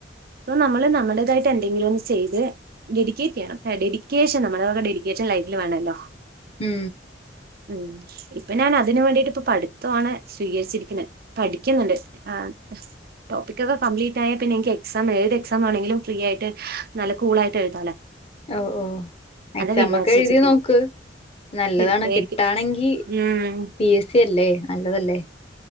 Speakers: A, on the right; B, on the left.
A: ഇപ്പൊ നമ്മള് നമ്മടേതായിട്ട് എന്തെങ്കിലും ഒന്ന് ചെയ്ത് ഡെഡിക്കേറ്റ് ചെയ്യണം ഡെഡിക്കേഷൻ നമ്മുടെവക ഡെഡിക്കേഷൻ വേണല്ലോ <unintelligible>
B: മം
A: ഉം ഇപ്പൊ ഞാൻ അതിന് വേണ്ടിട്ട് ഇപ്പോ പഠിത്തമാണ് സ്വീകരിച്ചിരിക്ക്ണ് പഠിക്കുന്നുണ്ട് ആ <unintelligible> ടോപ്പിക്കോക്കെ കംപ്ലിറ്റ് ആയ പിന്നെ എനിക്ക് എക്സാം ഏത് എക്സാം ആണെങ്കിലും ഫ്രീ ആയിട്ട് നല്ല കൂളാ യിട്ട് എഴുതാലോ
B: ഓ ഓ
A: അതാ
B: എക്സാം
A: വിചാരിച്ച്
B: ഒക്കെ
A: വെച്ചിരിക്കുന്നു
B: എഴുതി നോക്ക് നല്ലതാണ്
A: കിട്ടുവായിരിക്കും
B: കിട്ടാണെങ്കി
A: ഉം
B: പി എസ് സി അല്ലേ നല്ലതല്ലേ